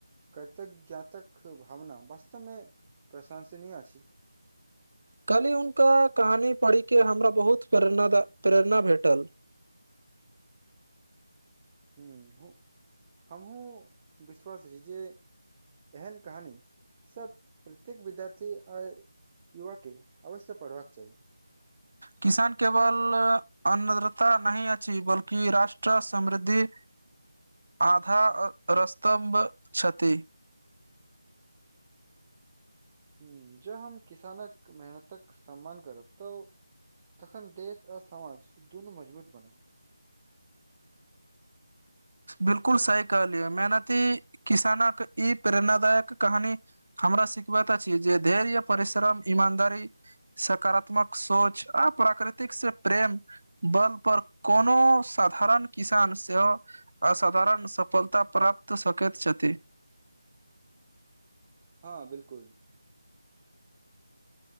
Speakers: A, on the right (about 20°); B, on the right (about 55°).
A: कृतज्ञातक भावना वास्तवमे प्रशंसनीय अछि।
B: कहली हुनका कहानी पढ़ी के हमरा बहुत प्रेण प्रेरणा भेटल।
A: ह हमहूँ विश्वास छी जे एहन कहानी। सभ प्रत्येक विद्यार्थी आ युवाके अवश्य पढ़बाक चाही।
B: किसान केवल अन्नद्रता नहि अछि बल्कि राष्ट्र समृद्धि।
A: <inaudible>
B: आधार रस्त्भ छथिति।
A: ह जब हम किसानक मेहनतक सम्मान करब तऽ। तखन देश आ समाज दुनू मजबूत बनत।
B: बिलकुल सही कह लियअ मेहनती किसानक ई प्रेरणादायक कहानी। हमरा सिखब त अछि जे धैर्य परिश्रम ईमानदारी। सकारात्मक सोच आ प्राकृतिक से प्रेम। बल पर कोनो साधारण किसानसँ। असाधारण सफलता प्राप्त सकैत छथि।
A: हँ बिलकुल।